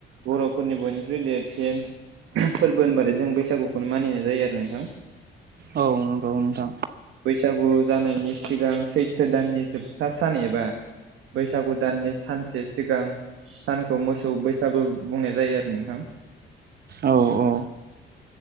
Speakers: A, on the right (about 80°); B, on the right (about 55°).
A: बर'फोरनि बयनिख्रुइ देरसिन फोरबो होनबाथाय जों बैसागुखौनो मानिनाय जायो आरो नोंथां।
B: औ नंगौ नोंथां
A: बैसागु जानायनि सिगां सैथो दाननि जोबथा सान एबा बैसागु दाननि सानसे सिगां सानखौ मोसौ बैसागु बुंनाय जायो आरो नोंथां
B: औ औ